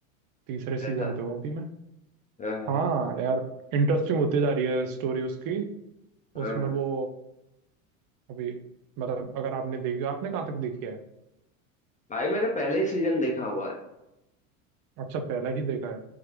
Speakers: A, on the right (about 55°); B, on the left (about 20°).
A: तीसरे सीजन
B: ऐसा
A: पे हूँ अभी मैं
B: हाँ
A: हाँ यार इंटरेस्टिंग होती जा रही है स्टोरी उसकी
B: हाँ
A: उसमें वो अभी मतलब अगर आपने देखी आपने कहाँ तक देखी है
B: भाई मैंने पहले ही सीजन देखा हुआ है
A: अच्छा पहला ही देखा है